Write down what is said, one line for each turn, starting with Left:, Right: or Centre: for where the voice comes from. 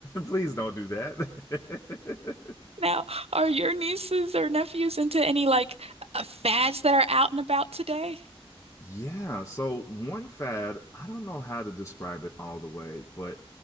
Left: <laughs> please don't do that. <laughs>
Right: Now, are your nieces or nephews into any like uh, fads that are out and about today?
Left: Yeah, so one fad, I don't know how to describe it all the way, but